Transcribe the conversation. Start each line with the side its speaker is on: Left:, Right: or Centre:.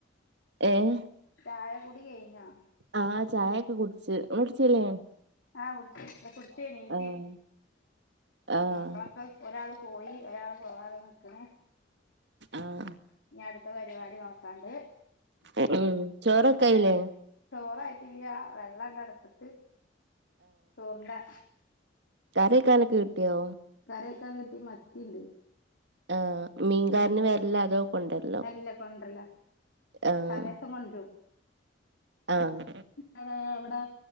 Right: ഏഹ്
Left: ചായ കുടി കൈഞ്ഞാ
Right: ആഹ് ചായൊക്കെ കുടിച്ച് ഒടിച്ചല്ലേ.
Left: ആഹ് കുട്ച്ച്, കുടിച്ചെണീറ്റ്.
Right: ആഹ് ആഹ്
Left: മക്കളൊക്കെ ഒരാൾ പോയി ഒരാൾ. പോവാതെ നക്കണ
Right: ആഹ്
Left: അടുത്ത പരിപാടി നോക്കാണ്ട്
Right: ഉം ചോറൊക്കയിലെ.
Left: നേരം ചോറായിട്ടില്ല വെള്ളണ്ടടുപ്പത്ത് ചോറിണ്ടാ
Right: കറി വെക്കാനൊക്കെ കിട്ട്യോ
Left: കറിക്കാൻ കിട്ടി മത്തിണ്ട്
Right: ആഹ് മീൻകാരന്
Left: ഉം
Right: വരലാ അതോ കൊണ്ടരലോ
Left: അല്ല കൊണ്ടർലാ
Right: ആഹ്
Left: തലേ ഇപ്പൊ കൊണ്ട്രും
Right: ആഹ്
Left: എവടെ ഇവിടെ